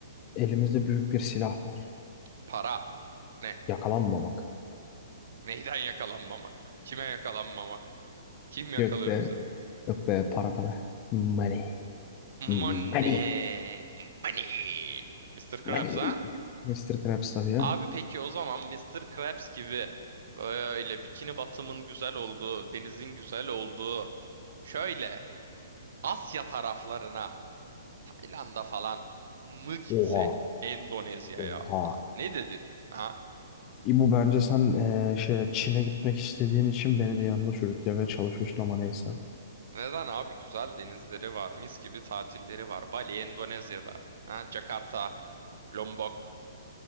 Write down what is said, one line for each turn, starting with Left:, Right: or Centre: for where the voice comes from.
Left: elimizde büyük bir silah var.
Right: Para. Ne?
Left: Yakalanmamak.
Right: Neyden yakalanmamak? Kime yakalanmamak? Kim yakalıyor
Left: Yok be,
Right: bizi?
Left: yok be para para. Money. Money.
Right: Money. Money. Mr. Krabs
Left: Money.
Right: ha?
Left: Mister Krabs tabii ya.
Right: Abi peki o zaman Mister Krabs gibi böyle bikini batımın güzel olduğu, denizin güzel olduğu şöyle Asya taraflarına, Tayland'a falan mı gitsek?
Left: Oha.
Right: Endonezya'ya.
Left: Oha.
Right: Ta- Ne dedin? Ha?
Left: E, Bu bence sen eee, şey Çin'e gitmek istediğin için beni de yanında sürüklemeye çalışıyorsun ama neyse.
Right: Neden abi? Güzel denizleri var, mis gibi tatilleri var. Bali, Endonezya'da. Ha? Jakarta, Lombok